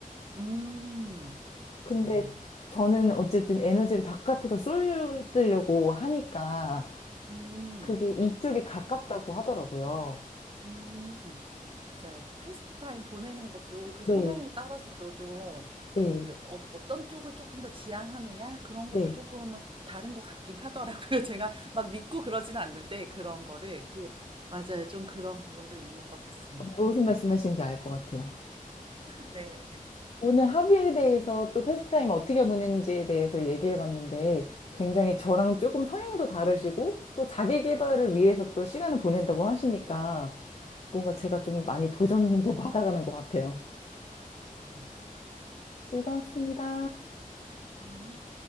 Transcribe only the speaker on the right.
음.
네.
음.
음, 맞아요. 그 패스트 타임 보내는 것도 그
성향에 따라서도 좀
그 어, 어떤 쪽을 조금 더 지향하느냐 그런
것도 조금은 다른 것 같긴 하더라고요. <laughs> 제가 막 믿고 그러진 않는데 그런 거를 그, 맞아요. 좀 그런 부분도 있는 것 같습니다.
네.
<laughs> 네, 네,
네.
네.